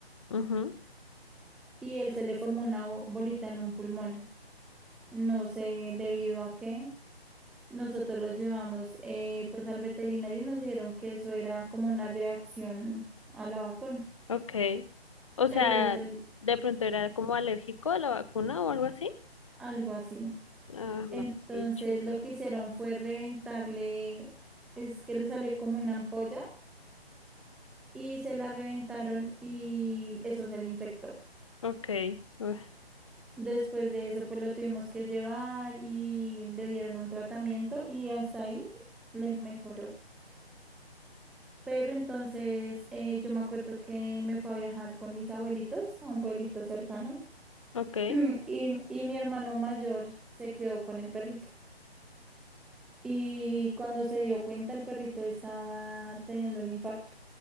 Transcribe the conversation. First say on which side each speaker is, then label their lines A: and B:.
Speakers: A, on the left (about 30°); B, in the centre.
A: ujú,
B: y él se le formó una bo- bolita en un pulmón. No sé debido a qué. Nosotros lo llevamos eh, pues al veterinario y nos dijeron que eso era como una reacción a la vacuna.
A: Ok. O sea,
B: pero eso es el,
A: de pronto era como alérgico a la vacuna o algo así.
B: algo así.
A: Ah,
B: Entonces
A: maldichis.
B: lo que hicieron fue reventarle, es que le salió como una ampolla y se la reventaron y eso se le infectó.
A: Ok, uf,
B: Después de eso, pues lo tuvimos que llevar y le dieron un tratamiento y hasta ahí le mejoró. Pero entonces eh, yo me acuerdo que me fue a viajar con mis abuelitos a un pueblito cercano
A: ok.
B: <clears throat> y, y mi hermano mayor se quedó con el perrito. y cuando se dio cuenta el perrito estaba teniendo un infarto.